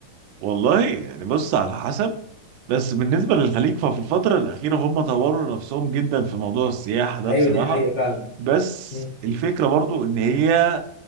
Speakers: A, on the right; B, on the left.
A: والله يعني بص على حسب بس بالنسبة للخليج ففي الفترة الأخيرة هم طوروا نفسهم جدا في موضوع السياحة ده
B: ايوه
A: بصراحة
B: دي حقيقه فعلا
A: بس
B: مم.
A: الفكرة برضو ان هي